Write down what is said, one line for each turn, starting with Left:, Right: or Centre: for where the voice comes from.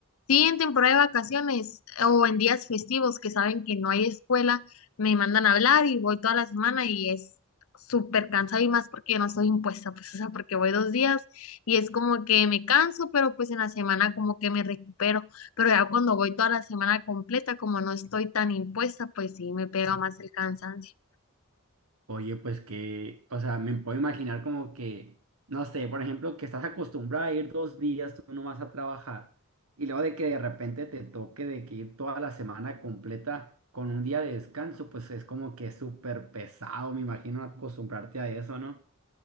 Left: Sí, en temporada de vacaciones eh, o en días festivos que saben que no hay escuela, me mandan a hablar y voy toda la semana y es súper cansado y más porque yo no soy impuesta, pues o sea, porque voy dos días y es como que me canso, pero pues en la semana como que me recupero, pero ya cuando voy toda la semana completa, como no estoy tan impuesta, pues sí, me pega más el cansancio.
Right: Oye, pues que, o sea, me puedo imaginar como que, no sé, por ejemplo, que estás acostumbrada a ir dos días, tú no vas a trabajar, y luego de que de repente te toque de que ir toda la semana completa con un día de descanso, pues es como que es súper pesado, me imagino acostumbrarte a eso, ¿no?